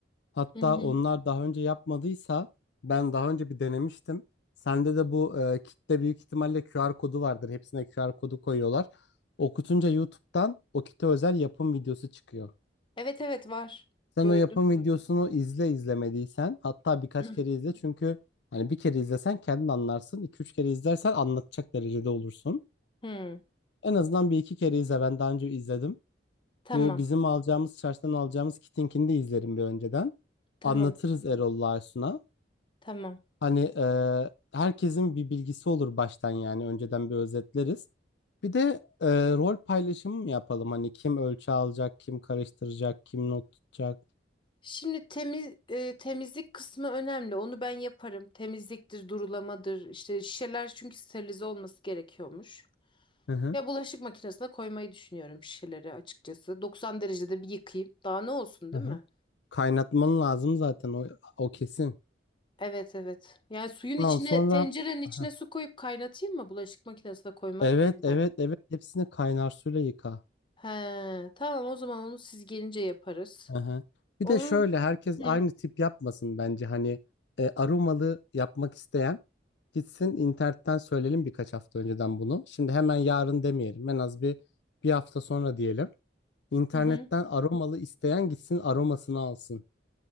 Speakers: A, on the left; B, on the left.
A: Hatta
B: Hı hı.
A: onlar daha önce yapmadıysa ben daha önce bir denemiştim. Sende de bu e, kitle büyük ihtimalle QR kodu vardır. Hepsine QR kodu koyuyorlar. Okutunca YouTube'dan o kite özel yapım videosu çıkıyor.
B: Evet evet var.
A: Sen
B: Gördüm.
A: o yapım videosunu izle izlemediysen hatta birkaç
B: <clears throat>
A: kere izle çünkü hani bir kere izlesen kendin anlarsın. iki üç kere izlersen anlatacak derecede olursun.
B: Hmm,
A: En azından bir iki kere izle. Ben daha önce izledim.
B: tamam
A: Bu bizim alacağımız, çarşıdan alacağımız Kitink'ini de izlerim bir önceden.
B: tamam
A: Anlatırız Erol'la Aysun'a.
B: tamam.
A: Hani e, herkesin bir bilgisi olur baştan yani. Önceden bir özetleriz. Bir de e, rol paylaşımı mı yapalım? Hani kim ölçü alacak, kim karıştıracak, kim not tutacak.
B: Şimdi temiz e, temizlik kısmı önemli. Onu ben yaparım. Temizliktir, durulamadır. İşte şişeler çünkü sterilize olması gerekiyormuş.
A: Hı hı.
B: Ya bulaşık makinesine koymayı düşünüyorum şişeleri açıkçası. 90 derecede bir yıkayayım. Daha ne olsun değil
A: Hı hı.
B: mi?
A: Kaynatman lazım zaten o, o kesin.
B: Evet evet. Yani suyun
A: Tamam
B: içine,
A: sonra...
B: tencerenin içine
A: Aha.
B: su koyup kaynatayım mı bulaşık makinesine koymak
A: Evet,
B: yerine?
A: evet, evet. Hepsini kaynar suyla yıka.
B: He, tamam o zaman onu siz gelince yaparız.
A: Aha. Bir
B: Onun
A: de şöyle herkes
B: hı,
A: aynı tip yapmasın bence hani e, aromalı yapmak isteyen gitsin internetten söyleyelim birkaç hafta önceden bunu. Şimdi hemen yarın demeyelim en az bir bir hafta sonra diyelim. İnternetten
B: hı hı.
A: aromalı isteyen gitsin aromasını alsın.